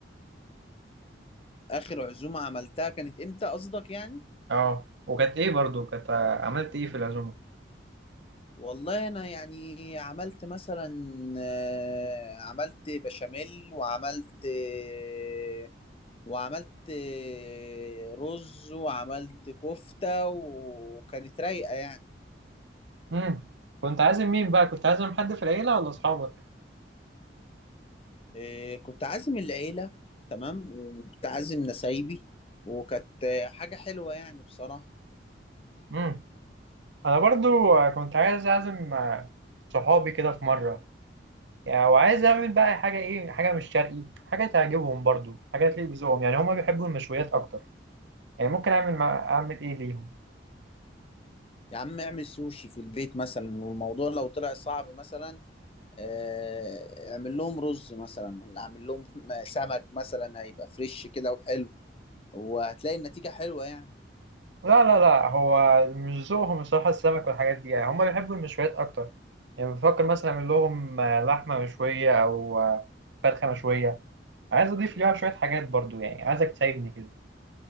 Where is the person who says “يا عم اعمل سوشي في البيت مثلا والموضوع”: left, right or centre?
Left